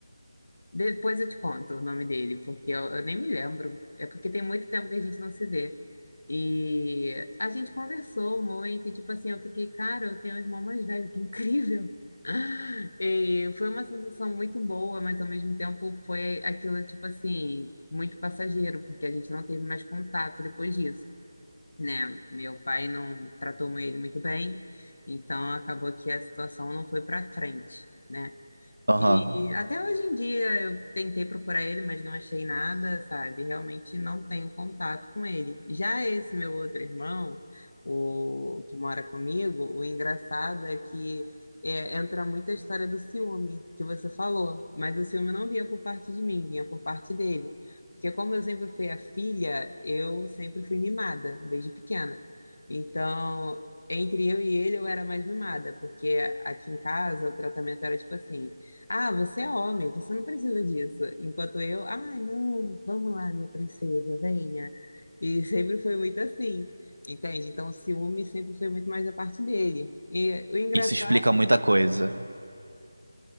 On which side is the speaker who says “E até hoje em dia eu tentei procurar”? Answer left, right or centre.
Left